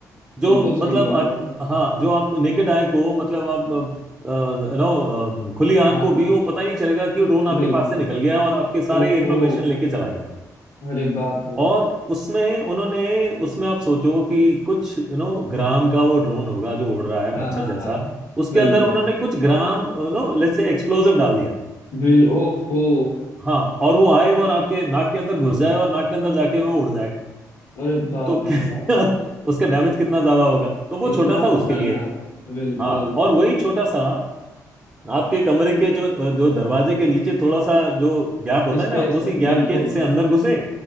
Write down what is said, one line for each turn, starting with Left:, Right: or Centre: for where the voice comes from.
Right: जो
Left: बिल्कुल सही
Right: मतलब
Left: बोल
Right: आ,
Left: रहे हो आप
Right: हाँ जो आप नेकेड आई को मतलब आप अ, नो अ, खुली आंख
Left: हाँ
Right: को
Left: हाँ
Right: भी वो पता ही नहीं चलेगा कि वो ड्रोन आपके
Left: बिल्कुल
Right: पास से निकल गया और आपके सारे
Left: ओहो
Right: इंफॉर्मेशन लेके चला गया
Left: अरे बाप रे
Right: और उसमें उन्होंने उसमें आप सोचो कि कुछ यू नो ग्राम का वो ड्रोन होगा जो उड़ रहा है
Left: हाँ
Right: मच्छर जैसा
Left: हाँ
Right: उसके
Left: बिल्कुल
Right: अंदर उन्होंने कुछ gram you know let's say explosive डाल दिया
Left: बिल ओहो
Right: हाँ और वो आए और आपके नाक के अंदर घुस जाए और नाक के अंदर जाके वो उड़ जाए
Left: अरे बाप
Right: तो <laughs> क्या-
Left: रे बाप
Right: उसका डैमेज कितना ज्यादा होगा तो वो
Left: इतना
Right: छोटा सा
Left: खतरनाक
Right: उसके लिए
Left: बिल्कुल
Right: हाँ और वही छोटा सा आपके कमरे के जो जो दरवाजे के नीचे थोड़ा सा जो गैप होता है
Left: स्पेस
Right: ना उसी
Left: है
Right: गैप
Left: बिल्कुल
Right: के से अंदर घुसे